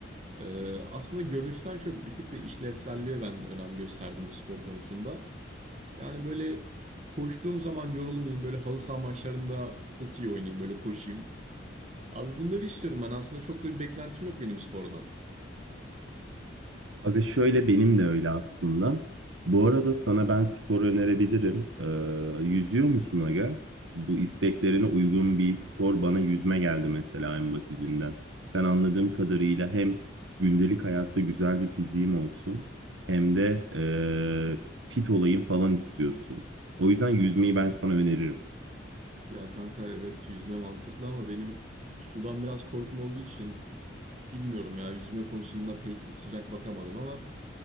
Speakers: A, on the right; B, on the right.
A: Ee, aslında görünüşten çok bir tık da işlevselliğe ben önem gösterdim bu spor konusunda. Yani böyle koştuğum zaman yorulmayayım, böyle halı saha maçlarında çok iyi oynayayım, böyle koşayım. Abi bunları istiyorum ben aslında çok da bir beklentim yok benim spordan.
B: Aga şöyle benim de öyle aslında. Bu arada sana ben spor önerebilirim. Ee, yüzüyor musun aga? Bu isteklerine uygun bir spor bana yüzme geldi mesela en basitinden. Sen anladığım kadarıyla hem gündelik hayatta güzel bir fiziğim olsun hem de ee, fit olayım falan istiyorsun. O yüzden yüzmeyi ben sana öneririm.
A: Ya kanka evet yüzme mantıklı ama benim sudan biraz korkum olduğu için Bilmiyorum ya yüzme konusunda pek sıcak bakamadım ama